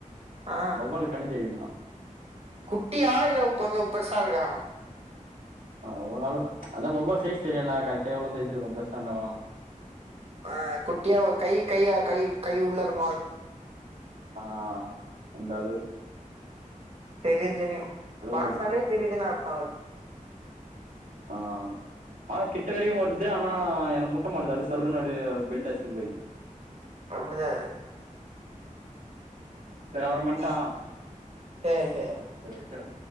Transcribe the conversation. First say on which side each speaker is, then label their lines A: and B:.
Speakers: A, on the right; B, on the right.
A: ஆ
B: வவ்வாலுக்கு கண்ணு தெரியுமா
A: குட்டியா இல்ல கொஞ்சே பெருசா இருக்கா
B: அ ஓரளவுக்கு அதா வவ்வால் சைஸ் தெரியூலா கரெக்டா எவ்ளே சைஸ் இருக்கு பெருசா இருந்தாக்கூட
A: ஆ குட்டியா ஒரு கை கைய கை கை உள்ள இரூக்
B: ஆ அந்தளுவு
A: தெரியு தெரியு பறந்தாலே
B: இருக்கு
A: தெரியுதுன்னு அர்த்த அதுக்
B: ஆ ஆனா கிட்ட வரைக்கு வர்து ஆனா என முட் ட்ட மாட்டுது அப்டியே சர்ருன்னு அப்டியே பெண்டடிச்சுகினு போயிடுது
A: அப்டிதா அது
B: சேரி அப்ரம் பன்ட்டா
A: ம் சரி சரி
B: சேரி வெச்சிற்றோ